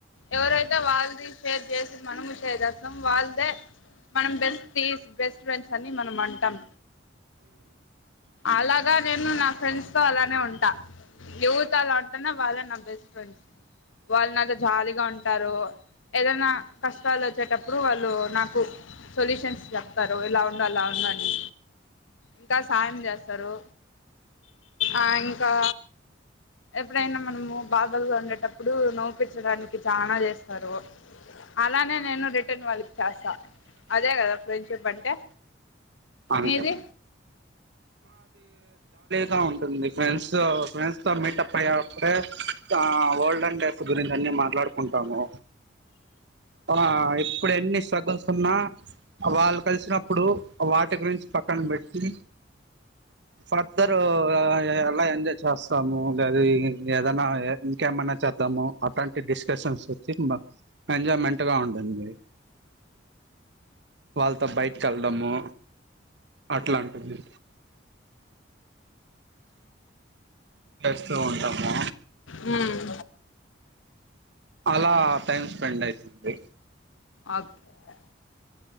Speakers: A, on the left; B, on the right.
A: ఎవరైతా వాల్ది షేర్ చేసి మనము చేస్తాం వాళ్ళదే మనం బెస్ట్ తీస్ బెస్ట్ ఫ్రెండ్స్ అని మనం అంటాం అలాగా నేను నా ఫ్రెండ్స్ తో అలానే ఉంటా ఎవ్తల ఉంటన వాళ్లే నా బెస్ట్ ఫ్రెండ్స్ వాళ్ళు నాతో జాలీగా ఉంటారు ఏదన్నా కష్టాలు వచ్చేటప్పుడు వాళ్ళు నాకు సొల్యూషన్స్ చెప్తారు ఇలా ఉండు అలా ఉండు అని ఇంకా సాయం చేస్తారు ఆ ఇంకా ఎప్పుడైనా మనము బాదలుగా ఉండేటప్పుడు నవ్విపించడానికి చానా చేస్తారు అలానే నేను రి <unintelligible> వాళ్ళకి చేసా అదే కదా ఫ్రెండ్షిప్ అంటే
B: అంతే
A: మీది
B: గా ఉంటుంది ఫ్రెండ్స్ ఫ్రెండ్స్ తో మీటప్ అయ్యప్పుడే ఆ వోల్డెన్ డేస్ గురించి అన్ని మాట్లాడుకుంటాము తనా ఇప్పుడు ఎన్ని <unintelligible> ఉన్నా వాళ్ళు కలిసినప్పుడు వాటి గురించి పక్కన పెట్టి ఫర్దర్ <unintelligible> అలా ఎంజాయ్ చేస్తాము లేదా ఏదైనా ఇంకేమైనా చేద్దాము అట్లాంటి డిస్కషన్స్ వచ్చి ఎంజాయ్మెంట్గా ఉంటుంది. వాళ్ళతో బయటికి వెళ్ళడము అట్లా ఉంటుంది. చేస్తూ ఉంటాము
A: మ్మ్
B: అలా టైమ్ స్పెండ్ అయితుంది
A: ఓకే